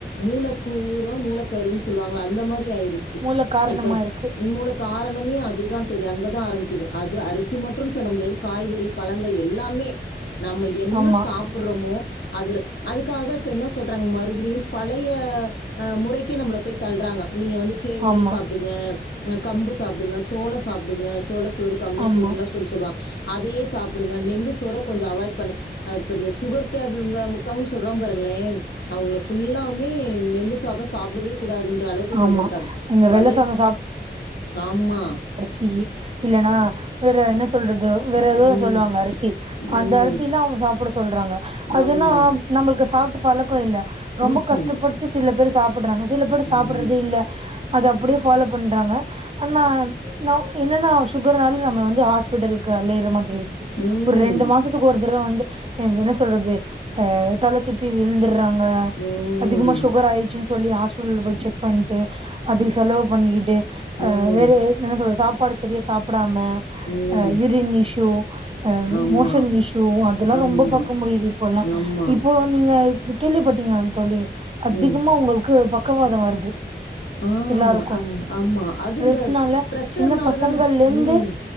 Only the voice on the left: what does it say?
மூலக்கூறோ மூலக்கருன்னு சொல்லுவாங்கள அந்த மாரி ஆயிருச்சு
இப்ப
இன் மூலக் காரணமே அதுதான் தோழி அங்கதான் ஆரம்பிக்குது அது அரிசி மற்றூ சொல்ல முடியாது காய்கறி பழங்கள் எல்லாமே நம்ம என்ன
சாப்பிறோமோ அதுல அதுக்காகதா இப்ப என்ன சொல் றாங்க மறுபடியூ பழய முறைக்கே நம்மளை போய் தள்ளறாங்க நீங்க வந்து கேவுவ்ரோ
சாப்பிடுங்க கம்பு சாப்பிடுங்க சோளோ சாப்பிடுங்க சோள சோறு கம்ப
சோறுல்லா சொல் சொல்லுவாங்க அதே சாப்பிடுங்க நெல்லு சோற கொஞ்சோ அவாய்ட் பண்ணுங்க அ இப்ப இந்த சுகர் டெபிள் வ உக்காவூ சொல்றா பாருங்களே அவங்கள ஃபுல்லாமே நெல் சாதெ சாப்பிடவே கூடாதுன்ற அளவுக்கு
கொண்டு வட்டங்க
பழஸ்
ஆம்மா
ம்
ம்
ஆமா
ம்ஹும்.
ம்
ம் ம்
ம்
ம்
ம்
ஆமா
ஆமா
ஆமா
ம்
ஆ
அ- ஆமா அது
இந்த ப்ரெஷர்னால
தானே
ம்